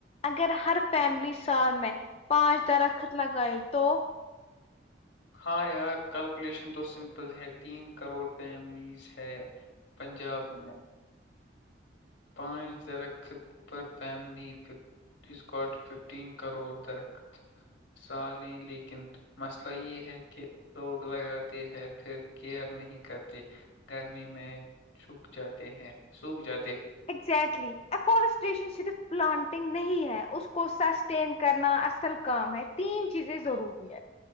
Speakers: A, on the left; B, on the left.
A: اگر ہر فیملی سال میں پانچ درخت لگائے تو
B: ہاں یار کیلکولیشن تو سمپل ہے تین کروڑ فیملیز ہے پنجاب میں پانچ درخط پر فیملی اس کوالٹی ففٹین کروڑ درخت سا لیں لیکن مسئلہ یہ ہے کہ لوگ لگاتے ہیں پھر کیئر نہیں کرتے گرمی میں چھک جاتے ہیں سوکھ جاتے
A: اگزٹلی افسٹیشن صرف پلانٹنگ نہیں ہے اس کو سس سسٹین کرنا اصل کام ہے تین چیزیں ضروری ہے